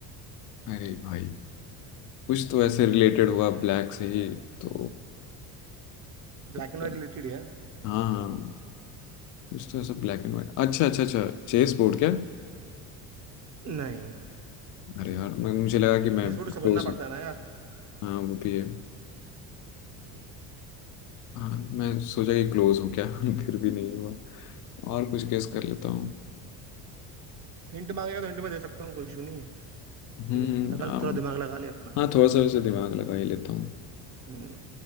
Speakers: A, on the left (about 50°); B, on the right (about 45°).
A: अरे भाई कुछ तो ऐसे रिलेटेड हुआ ब्लैक से ही तो
B: ब्लैक एंड
A: क्या
B: व्हाइट रिलेटेड है
A: हाँ हाँ कुछ तो ऐसा ब्लैक एंड व्हाइट अच्छा अच्छा अच्छा चेस बोर्ड क्या
B: नहीं
A: अरे यार मैं- मुझे लगा कि मैं
B: चेस बोर्ड
A: क्लोज
B: समझना पड़ता
A: हूँ
B: है ना यार
A: हाँ वो भी है
B: हम्म,
A: हाँ मैं सोचा कि क्लोज हूँ क्या <laughs> फिर भी नहीं हुआ और कुछ गेस
B: हम्म।
A: कर लेता हूँ
B: हिंट मांगेगा तो हिंट में दे सकता हूँ कोई इशू नहीं है
A: हम्म
B: लेकिन लगा
A: आम-
B: थोड़ा दिमाग लगा ले अपना
A: हाँ थोड़ा सा वैसे दिमाग लगा ही लेता हूँ
B: हम्म,